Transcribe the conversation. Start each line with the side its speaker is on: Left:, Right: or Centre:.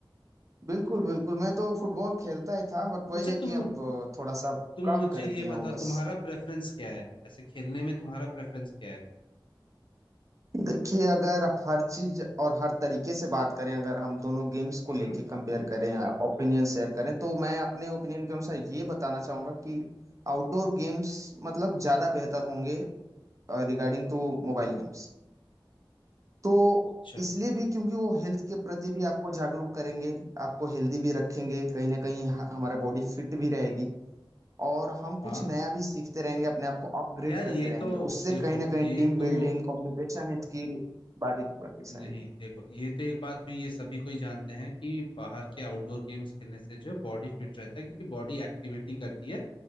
Right: बिल्कुल बिल्कुल मैं तो फुटबॉल खेलता ही था बट वही
Left: अच्छा
Right: है कि
Left: तुम
Right: अब थोड़ा सा
Left: तुम
Right: कम
Left: मुझे
Right: कर
Left: ये
Right: दिया
Left: बताओ
Right: हूँ बस
Left: तुम्हारा प्रेफरेंस क्या है ऐसे खेलने में तुम्हारा प्रेफरेंस क्या है
Right: देखिए अगर हर चीज और हर तरीके से बात करें अगर हम दोनों गेम्स
Left: हम्म
Right: को लेके कंपेयर करें ओपिनियन शेयर
Left: हाँ,
Right: करें तो मैं अपने ओपिनियन के अनुसार ये बताना चाहूंगा कि आउटडोर गेम्स मतलब ज्यादा बेहतर होंगे रिगार्डिंग टू मोबाइल गेम्स तो
Left: अच्छा
Right: इसलिए भी क्योंकि वो हेल्थ के प्रति भी आपको जागरूक करेंगे आपको हेल्दी भी रखेंगे कहीं ना कहीं ह- हमारा बॉडी फिट भी रहेगी और हम
Left: हाँ
Right: कुछ नया भी सीखते रहेंगे अपने आप को अपग्रेड
Left: यार
Right: करते
Left: ये
Right: रहेंगे
Left: तो
Right: उससे
Left: देखो
Right: कहीं ना
Left: ये
Right: कहीं टीम
Left: तो
Right: बिल्डिंग कम्युनिकेशन स्किल बारी की बाकी
Left: नहीं
Right: सारी
Left: देखो ये तो एक बात हुई ये सभी कोई जानते हैं कि बाहर के आउटडोर गेम्स खेलने से जो है बॉडी फिट रहता है क्योंकि बॉडी एक्टिविटी करती है